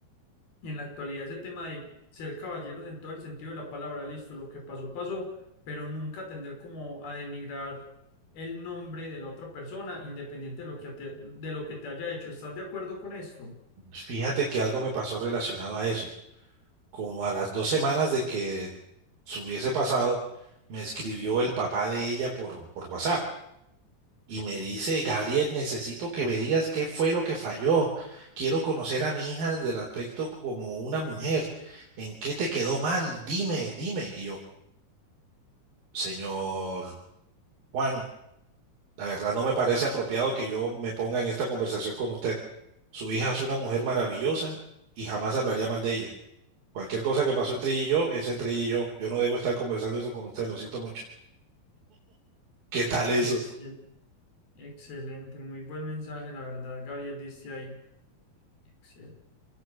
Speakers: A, on the left (about 75°); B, on the right (about 65°).
A: en la actualidad ese tema de ser caballeros en todo el sentido de la palabra, listo, lo que pasó, pasó, pero nunca tender como a denigrar el nombre de la otra persona, independiente de lo que te, de lo que te haya hecho. ¿Estás de acuerdo con esto?
B: Fíjate que algo me pasó relacionado a eso. Como a las dos semanas de que se hubiese pasado, me escribió el papá de ella por, por WhatsApp y me dice,
A: Sí.
B: Gabriel, necesito que me digas qué fue lo que falló. Quiero conocer a mi hija del aspecto como una mujer. ¿En qué te quedó mal? Dime, dime. Y yo, señor Juan, La verdad no me parece apropiado que yo me ponga en esta conversación con usted. Su hija es una mujer maravillosa y jamás hablaría mal de ella. Cualquier cosa que pasó entre ella y yo es entre ella y yo. Yo no debo estar conversando eso con usted, lo siento mucho. ¿Qué tal eso?
A: Excel, excelente, muy buen mensaje, la verdad, Gabriel, dice ahí. Excel.